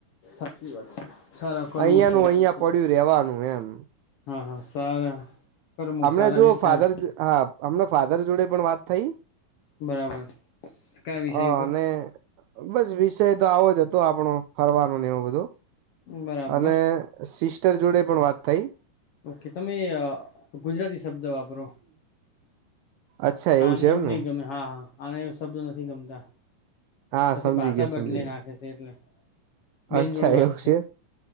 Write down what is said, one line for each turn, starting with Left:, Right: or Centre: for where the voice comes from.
Left: સાચી વાત છે સારા કર્મો
Right: અહિયાંનું
Left: સારા
Right: અહિયાં પડ્યું રેવાનું એમ
Left: હા હા સારા કર્મો
Right: હમણા
Left: સારા
Right: જો
Left: વિચાર
Right: ફાધર હા હમણાં ફાધર જોડે પણ વાત થઈ
Left: બરાબર કયા વિષય
Right: અ
Left: ઉપર
Right: અને બસ વિષય તો આવો જ હતો આપણો ફરવાનો ને એવું બધો.
Left: બરાબર
Right: અને સિસ્ટર જોડે પણ વાત થઈ.
Left: ઓકે તમે અ ગુજરાતી શબ્દ વાપરો
Right: અચ્છા
Left: હા નહી
Right: છે
Left: એવું
Right: એમને
Left: નહી ગમે હા હા. આના એ શબ્દો નથી ગમતા
Right: હા
Left: પછી
Right: સમજી
Left: પાસા
Right: ગયો
Left: બદલિ
Right: સમજી ગયો
Left: નાખે છે એટલે. બેન
Right: અચ્છા
Left: જોડે વાત
Right: એવું
Left: થઈ
Right: છે.